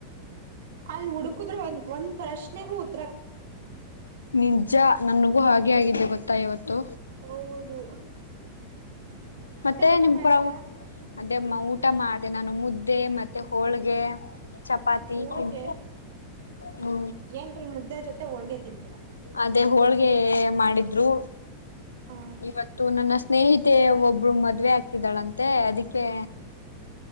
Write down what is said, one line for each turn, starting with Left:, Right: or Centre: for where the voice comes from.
Right: ಅಲ್ಲಿ ಹುಡುಕುದ್ರರು ಒಂದ ಒಂದ ಪ್ರಶ್ನೆಭೂತ್
Left: ನಿಜ ನನಗೂ ಹಾಗೆ ಆಗಿದ್ದೆ ಗೊತ್ತಾ ಇವತ್ತು
Right: ಹೌದು
Left: ಮತ್ತೆ
Right: ಊಟ
Left: ನಿಮ
Right: ಮಾಡಿದ್ರಾ?
Left: ಪ್ರ ಅದೇ ಊಟ ಮಾಡ ಮತ್ತ ನಾನು ಮುದ್ದೆ ಮತ್ತೆ ಹೋಳ್ಗೆ ಚಪಾತಿ
Right: ಹೋಳ್ಗೆ
Left: ತಿನ್ ಹೂ
Right: ಏನ್ರೀ ಮುದ್ದೆ ಜೊತೆ ಹೋಳ್ಗೆ ತಿಂತೀರಾ?
Left: ಅದೇ ಹೋಳ್ಗೆ ಮಾಡಿದ್ರು
Right: ಹ
Left: ಇವತ್ತು ನನ್ನ ಸ್ನೇಹಿತೆ ಒಬ್ಬಳು ಮದ್ವೆ ಆಗ್ತಿದ್ದಾಳಂತೆ ಅದಕ್ಕೆ